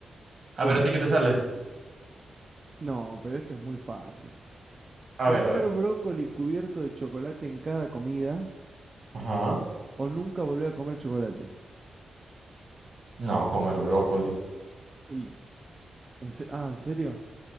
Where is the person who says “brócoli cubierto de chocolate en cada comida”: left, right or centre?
Right